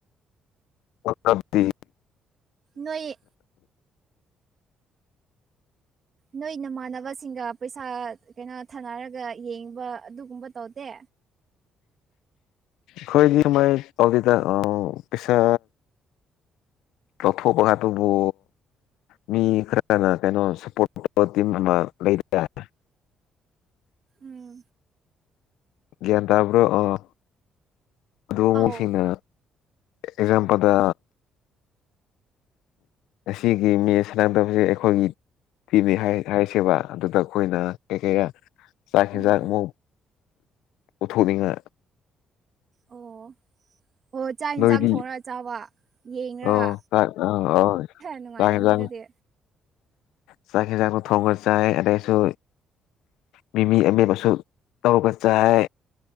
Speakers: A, on the left; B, on the right.
A: ꯑꯣ ꯀꯗꯤ
B: ꯅꯣꯏ ꯅꯣꯏ ꯅꯃꯥꯟꯅꯕꯁꯤꯡꯒ ꯄꯩꯁꯥ ꯀꯩꯅꯣ ꯊꯥꯅꯔꯒ ꯌꯦꯡꯕ ꯑꯗꯨꯒꯨꯝꯕ ꯇꯧꯗꯦ
A: ꯈꯣꯏ ꯗꯤ ꯃꯥꯏ ꯇꯥꯎꯗꯦꯗ ꯄꯦꯁꯥ ꯇꯧꯊꯣꯛꯄ ꯑꯗꯨꯕꯨ ꯃꯤ ꯈꯔꯅ ꯀꯩꯅꯣ ꯁꯞꯄꯣꯔꯠ ꯇꯤꯝ ꯑꯃ ꯂꯩꯗꯥꯏ
B: ꯎꯝ
A: ꯒꯌ꯭ꯥꯟ ꯇꯕ꯭ꯔꯣ ꯑꯥ ꯑꯗꯨ
B: ꯑꯧ
A: ꯃꯨꯛ ꯁꯤꯟꯅ ꯑꯦꯛꯖꯥꯝꯄꯗ ꯑꯁꯤꯒꯤ ꯃꯁ ꯁꯅꯥꯗꯕꯕꯁꯤ ꯑꯩꯈꯣꯏꯒꯤ ꯄꯤꯅꯤ ꯍꯥꯏꯁꯦꯕ ꯑꯗꯨꯗ ꯑꯩꯈꯣꯏꯅ ꯀꯩ ꯀꯩꯔꯥ ꯆꯥꯛ ꯑꯦꯟꯁꯥꯡ
B: ꯎꯝ
A: ꯑꯃꯨꯛ ꯄꯨꯊꯣꯛ ꯅꯤꯂꯥ
B: ꯑꯣ ꯑꯣ ꯆꯥꯛ ꯌꯦꯟꯁꯥꯡ
A: ꯅꯣꯏꯗꯤ
B: ꯊꯣꯡꯂꯥ ꯆꯥꯕ ꯌꯦꯡꯂꯒꯥ
A: ꯑ ꯆꯥꯛ ꯑ ꯑ
B: ꯅꯨꯡꯉꯥꯏꯔꯅꯤ
A: ꯆꯥꯛ ꯌꯦꯟꯖꯥꯡ
B: ꯑꯗꯨꯗꯤ
A: ꯆꯥꯛ ꯑꯦꯟꯁꯥꯡ ꯗꯣ ꯊꯣꯡꯉꯥ ꯆꯥꯏ ꯑꯗꯩꯩꯁꯨ ꯃꯤꯃꯤ ꯑꯃꯦꯠꯄꯁꯨ ꯇꯧꯔꯒꯥ ꯆꯥꯏ